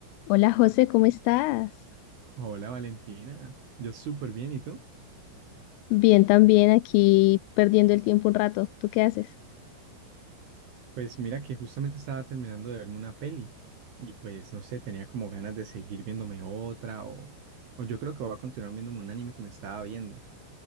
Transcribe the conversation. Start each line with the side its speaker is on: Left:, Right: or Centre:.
Left: Hola José, ¿cómo estás?
Right: Hola Valentina, yo súper bien, ¿y tú?
Left: Bien, también aquí perdiendo el tiempo un rato. ¿Tú qué haces?
Right: Pues mira que justamente estaba terminando de verme una peli y pues no sé, tenía como ganas de seguir viéndome otra o, o yo creo que voy a continuar viéndome un anime que me estaba viendo.